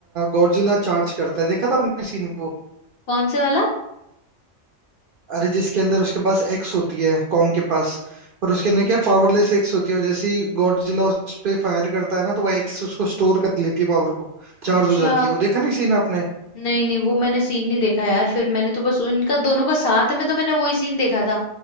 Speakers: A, on the right; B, on the left.
A: गॉडजिला चार्ज करता है देखा था आपने सीन
B: कौन से वाला
A: अरे जिसके अंदर उसके पास एक्स होती है कॉन्ग के पास पर उसके अंदर
B: हम्म
A: क्या पावरलेस एक्स होती है और जैसे ही गॉडजिला उस पे फायर करता है ना तो वह एक्स उसको स्टोर कर लेती है पावर को
B: अच्छा
A: चार्ज हो जाती है वो देखा नहीं सीन आपने
B: नहीं नहीं वो मैंने सीन नहीं देखा यार फिर मैंने तो बस उनका दोनों का साथ में तो मैंने वही सीन देखा था